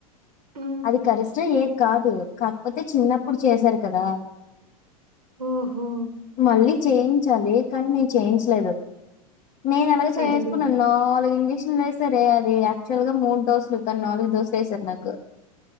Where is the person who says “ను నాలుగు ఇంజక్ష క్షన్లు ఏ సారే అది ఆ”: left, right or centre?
Left